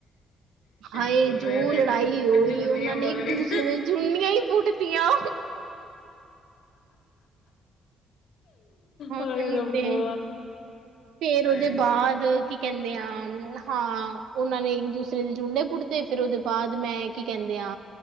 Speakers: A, on the right; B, on the left.
A: ਹਾਏ
B: ਫੇਰ
A: ਜੋ ਲੜਾਈ
B: ਇੱਕ
A: ਉਹੀ
B: ਜੂੰਡੀਆਂ
A: ਉਹਨਾ ਨੇ
B: ਪਕੜੀ
A: ਇੱਕ ਦੂਸਰੇ ਦੇ ਜੁੰਡੀਆਂ ਹੀ ਪੁੱਟਤੀਆਂ ਹਾਂ
B: ਹਾਏ
A: ਨੀ
B: ਰੱਬਾ
A: ਤੇ ਫੇਰ
B: ਵਾਹਿਗੁਰੂ
A: ਉਹਦੇ ਬਾਅਦ ਕੀ ਕਹਿੰਦੇ ਆ ਹਾਂ ਉਹਨਾਂ ਨੇ ਇੱਕ ਦੂਸਰੇ ਦੇ ਜੁੰਡੇ ਪੁੱਟਤੇ ਫਿਰ ਉਹਦੇ ਬਾਅਦ ਮੈਂ ਕੀ ਕਹਿੰਦੇ ਆ